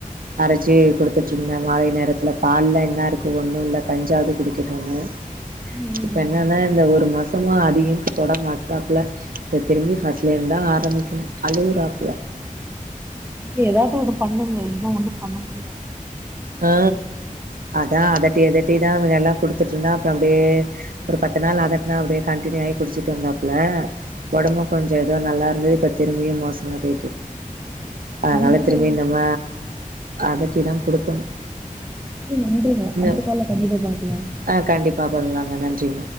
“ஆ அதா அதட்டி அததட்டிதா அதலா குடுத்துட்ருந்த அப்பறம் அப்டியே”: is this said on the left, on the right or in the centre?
Right